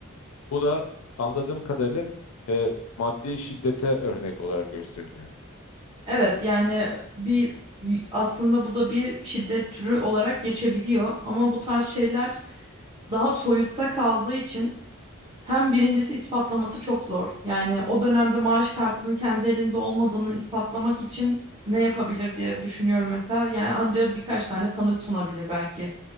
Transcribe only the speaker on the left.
Bu da anladığım kadarıyla e, maddi şiddete örnek olarak gösteriliyor.
Mo.